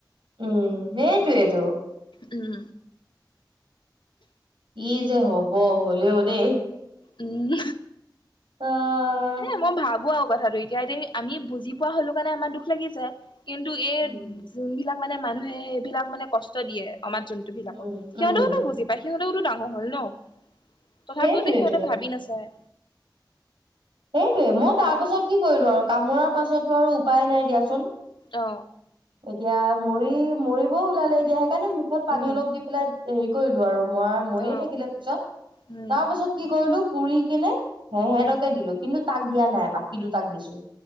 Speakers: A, on the right (about 85°); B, on the left (about 75°).
A: উম সেইটোৱে টো।
B: উম
A: কি যে হ'ব। হ'লেও দেই।
B: উম
A: অ
B: এ মই ভাবোঁ আৰু কথাটো এতিয়া, এতিয়া কি আমি বুজি পোৱা হ'লো কাৰণে আমাৰ দুখ লাগি যায়। কিন্তু এই
A: উম
B: যোনবিলাক মানে মানুহে এইবিলাক মানে কষ্ট দিয়ে। অমাত জন্তুবিলাকক।
A: উম
B: সিহঁতেওতো
A: উম
B: বুজি
A: উম
B: পায়, সিহঁতেওতো ডাঙৰ হ'ল ন। তথাপিও
A: সেইটোৱেতো
B: যে, সিহঁতে ভাবি নাচায়।
A: সেইটোৱে। মই তাৰ পাছত কি কৰিলো আৰু কামোৰাৰ পাছতো আৰু উপায় নাই দিয়াচোন।
B: অ
A: এতিয়া মৰি মৰিবও ওলালে এতিয়া, সেইকাৰণে মুখত পানী
B: উম
A: অলপ দি পেলাই হেৰি কৰিলো আৰু। মৰা মৰিয়ে
B: অ
A: থাকিলে। পিছত
B: উম
A: তাৰ পিছত কি কৰিলো, পুৰি কিনে সেহেতকে
B: উম
A: দিলোঁ। তাক দিয়া নাই, বাকী দুটাক দিছোঁ।